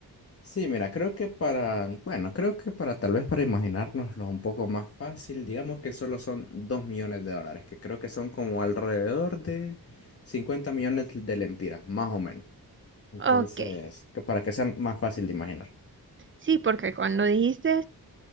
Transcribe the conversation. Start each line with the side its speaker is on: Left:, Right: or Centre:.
Left: Sí, mira, creo que para, bueno, creo que para tal vez para imaginárnoslo un poco más fácil, digamos que solo son 2 millones de dólares, que creo que son como alrededor de 50 millones de lempiras, más o menos. Entonces,
Right: Ok,
Left: que para que sea más fácil de imaginar.
Right: sí, porque cuando dijiste